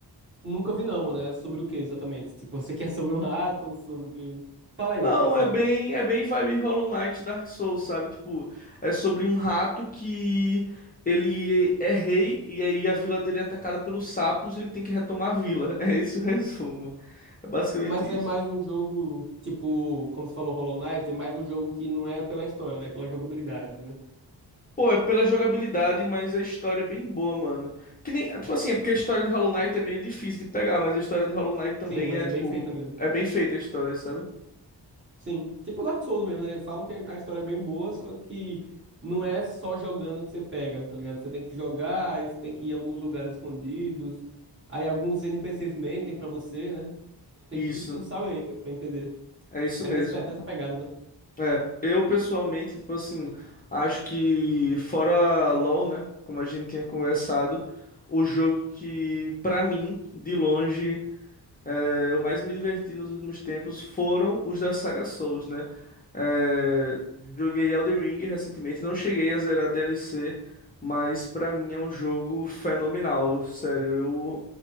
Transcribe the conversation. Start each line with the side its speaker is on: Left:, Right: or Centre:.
Right: Nunca vi não, mano. É sobre o que exatamente? Tipo, você <laughs> quer sobre um rato ou sobre... Fala aí
Left: Não,
Right: do que é sobre.
Left: é bem, é bem vibe Hollow Knight Dark Souls, sabe? Tipo, é sobre um rato que ele é rei e aí a vila dele é atacada pelos sapos e ele tem que retomar a vila. <laughs> É esse o resumo. É basicamente
Right: Mas é
Left: isso.
Right: mais um jogo, tipo, como você falou, Hollow Knight, é mais um jogo que não é pela história, né? É pela jogabilidade, né?
Left: Pô, é pela jogabilidade, mas a história é bem boa, mano. Que nem, tipo assim, é porque a história de Hollow Knight é meio difícil de pegar, mas a história de Hollow Knight também
Right: Sim, mas
Left: é,
Right: é
Left: tipo,
Right: bem feita mesmo.
Left: é bem feita a história, sabe?
Right: Sim. Tipo Dark Souls mesmo, né? Falam que a história é bem boa, só que não é só jogando que você pega, tá ligado? Você tem que jogar, aí você tem que ir em alguns lugares escondidos, aí alguns NPCs mentem pra você, né? Tem
Left: Isso,
Right: que fuçar ainda pra entender.
Left: é isso
Right: Aí
Left: mesmo.
Right: nesse pe- nessa pegada, né?
Left: É, eu pessoalmente, tipo assim, acho que fora LoL, né, como a gente tinha conversado, o jogo que pra mim, de longe, é, eu mais me diverti nos últimos tempos foram os da saga Souls, né? É, joguei Elden Ring recentemente, não cheguei a zerar DLC, mas pra mim é um jogo fenomenal, sério, eu